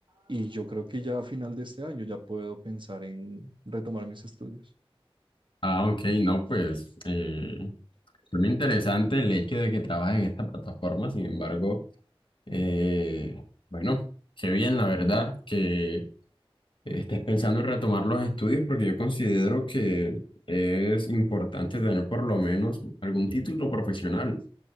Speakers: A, on the right; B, on the left.
A: y yo creo que ya a final de este año ya puedo pensar en retomar mis estudios.
B: Ah, ok, no, pues eh, suena interesante el hecho de que trabajes en esta plataforma. Sin embargo, eh, bueno, qué bien, la verdad, que Estás pensando en retomar los estudios porque yo considero que es importante tener por lo menos algún Sí, título profesional.